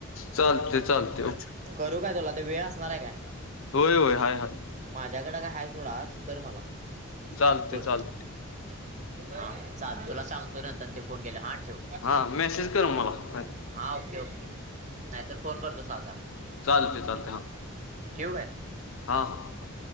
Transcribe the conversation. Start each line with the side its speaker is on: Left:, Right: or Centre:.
Left: चालतंय चालतंय
Right: करू काय तुला. ते वेळ असणार आहे काय?
Left: होय होय हाय हाय
Right: माझ्याकडें काय हाय सोड आज कर मला
Left: चालतंय
Right: फोन.
Left: चालतंय
Right: हा. चालते तुला सांगतो नंतरन ते फोन केलावर हां ठेव.
Left: हा मेसेज कर मला.
Right: हा ओके ओके. नाहीतर फोन करतो साधा.
Left: चालतय चालतय हां.
Right: ठेऊ काय?
Left: हां हां.